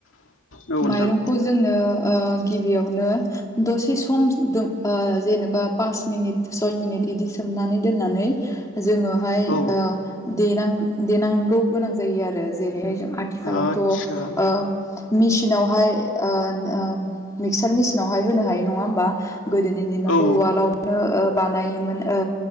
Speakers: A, on the left; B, on the left.
A: औ नोंथां
B: माइरंखौ जोंनो ओ गिबियावनो द- से सम दुम अ जेनेबा पास मिनिट सय मिनिट बिदि सोमनानै दोननानै जोङोहाय
A: औ
B: अ देनां- देनांगौ गोनां जायो आरो जेरैहाय जों आथिखालावथ'
A: आदसा
B: ओ मेसिनावहाय अन ओ मिक्सार मिसिनावहाय होनो हायो नङा होमबा? गोदोनि दिनावथ'
A: औ
B: उवालावनो ओ बानायोमोन। ओ